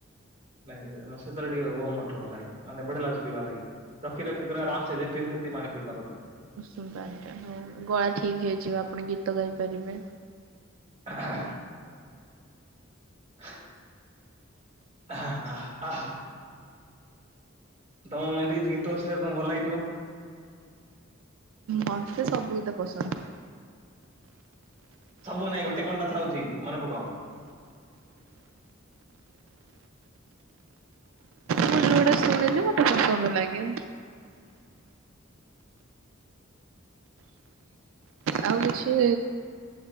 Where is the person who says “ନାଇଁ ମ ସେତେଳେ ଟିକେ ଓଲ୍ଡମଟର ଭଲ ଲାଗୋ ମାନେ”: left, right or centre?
Right